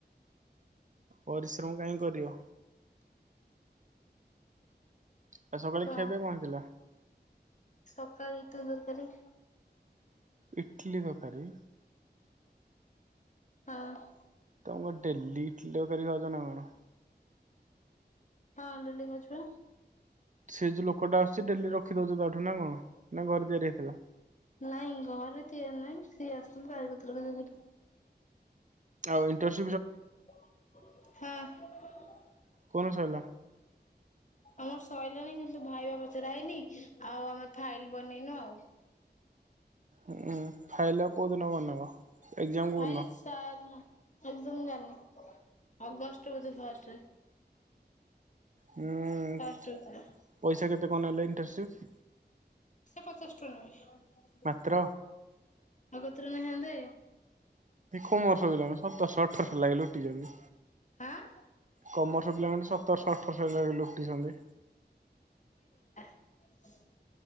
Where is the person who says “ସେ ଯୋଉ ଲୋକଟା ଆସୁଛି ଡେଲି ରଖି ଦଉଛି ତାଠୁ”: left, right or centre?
Right